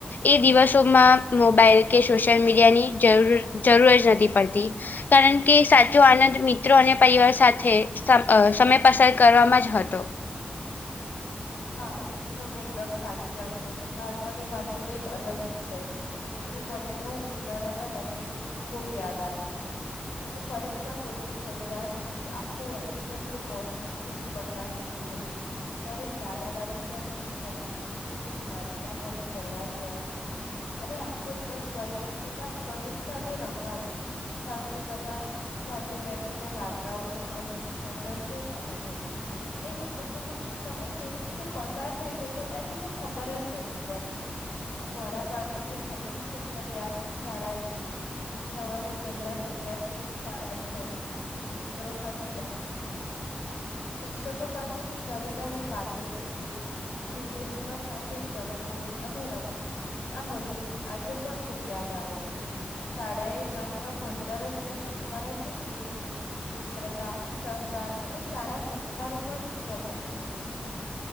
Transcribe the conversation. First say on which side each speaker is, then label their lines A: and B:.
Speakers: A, on the left (about 65°); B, on the left (about 85°).
A: એ દિવસોમાં મોબાઈલ કે સોશિયલ મીડિયાની જરૂર- જરૂર જ નથી પડતી. કારણ કે સાચો આનંદ મિત્રો અને પરિવાર સાથે અ સમય પસાર કરવામાં જ હતો.
B: હા, એ તો તમે એકદમસાચી વાત કહી. બાળપણની વાત તો કઈક અલગ જ છે. જેમ કે મને તો ઉનાળાના વેકેશન ની ખુબ યાદ આવે છે. કેમકે પરીક્ષા પૂરી થઈ ગયા પછી આખું વે વેકેશન જે મોજ મસ્તીમાં પસાર થતું હતું ત્યારેક દાદા -દાદી ના ઘરે જવાનું, ક્યારેક મામા ના ઘરે ફરવા જવાનું. અને આખો દિવસ ભાઈ બહેન તથા કઝિન સાથે રમવાનું જ. સાંજે બધા સાથે બેસીને વાર્તાઓ સાંભળવાની મજા જ કઈક અલગ હતી. એ દિવસોમાં સમય કેવી રીતે પસાર થઈ જતો એની તો ખબર જ નથી પડતી. મારા બાળપણની સૌથી સુંદર યાદ શાળાની છે. સવારે વહેલા તૈયાર થઈને શાળા એ જવું. મિત્રો સાથે બેસવું, શિક્ષકો પાસેથી નવી- નવી વાત તો શીખવી, રીસેસમા સાથે જમવું અને રમવું. આ બધું આજે પણ ખુબ યાદ આવે છે. શાળા એ માત્ર ભણતર જ નહીં પરંતુ શિસ્ત મિત્રતા, સહકાર અને સારા સંસ્કારો પણ શીખવ્યા છે.